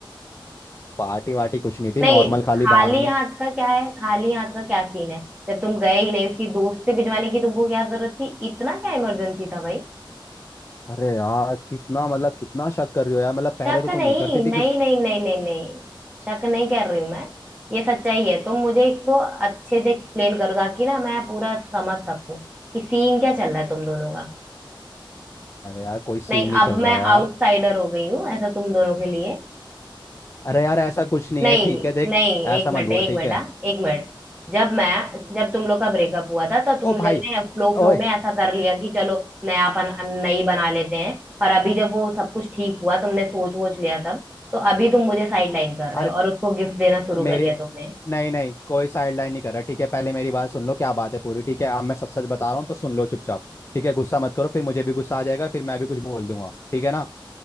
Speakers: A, on the left; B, on the right.
A: पार्टी वार्टी कुछ नहीं थी
B: नहीं
A: नॉर्मल खाली
B: खाली
A: बाहर
B: हाथ
A: में
B: का क्या है खाली हाथ का क्या सीन है जब तुम गए ही नहीं उसकी दोस्त से भिजवाने की तुमको क्या जरूरत थी इतना क्या इमरजेंसी था भाई
A: अरे यार कितना मतलब कितना शक कर रही हो यार मतलब
B: शक
A: पहले तो तुम
B: नहीं
A: नहीं करती थी
B: नहीं
A: पिछ...
B: नहीं नहीं नहीं नहीं शक नहीं कर रही हूं मैं ये सच्चाई है तुम मुझे इसको अच्छे से एक्सप्लेन करो ताकि ना मैं पूरा समझ सकूं कि सीन क्या चल रहा है तुम दोनों का
A: अरे यार कोई सीन
B: नहीं
A: नहीं चल
B: अब
A: रहा
B: मैं
A: यार
B: आउटसाइडर हो गई हूँ ऐसा तुम दोनों के लिए
A: अरे यार ऐसा कुछ नहीं
B: नहीं
A: है ठीक है देख
B: नहीं
A: ऐसा
B: एक
A: मत
B: मिनट
A: बोल
B: एक
A: ठीक
B: मिनट
A: है
B: हाँ एक मिनट जब मैं जब तुम लोग का ब्रेकअप हुआ था तो तुम
A: ओ
B: लोग
A: भाई
B: ने फ्लो फ्लो
A: ओए
B: में ऐसा कर लिया कि चलो नयापन नई बना लेते हैं और अभी जब वो सब कुछ ठीक हुआ तुमने सोच वोच लिया सब तो अभी तुम मुझे साइड लाइन कर रहे
A: अरे
B: हो और उसको गिफ्ट देना शुरू कर
A: मेरे
B: दिया तुमने
A: नहीं नहीं कोई साइड लाइन नहीं कर रहा ठीक है पहले मेरी बात सुन लो क्या बात है पूरी ठीक है अब मैं सच सच बता रहा हूँ तो सुन लो चुपचाप ठीक है गुस्सा मत करो फिर मुझे भी गुस्सा आ जाएगा फिर मैं भी कुछ बोल दूंगा ठीक है ना